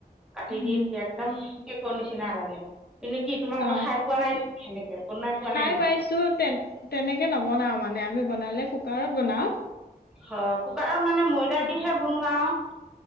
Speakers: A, in the centre; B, on the left (about 80°).
A: কাটি
B: উম
A: দি একদম একো নিচিনা লাগে। এনে কি তোমালোকে
B: অ
A: খাই পোৱা নাই নেকি সেনেকে বনাই পোৱা
B: খাই
A: নাই নেকি
B: পাইছো তেন তেনেকে নবনাও মানে। আমি বনালে কুকাৰত বনাও।
A: হয়। কুকাৰত মানে ময়দা
B: অ
A: দিহে বনোৱা আৱ।